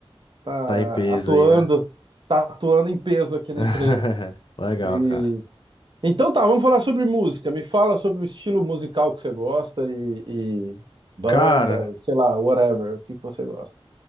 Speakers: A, on the right (about 50°); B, on the left (about 55°).
A: tá
B: Tá em peso
A: atuando,
B: aí, né?
A: tá atuando em peso aqui
B: <laughs>
A: na empresa.
B: Legal,
A: E
B: cara.
A: então tá, vamos falar sobre música. Me fala sobre o estilo musical que você gosta e, e banda,
B: Cara,
A: sei lá, whatever, o que que você gosta.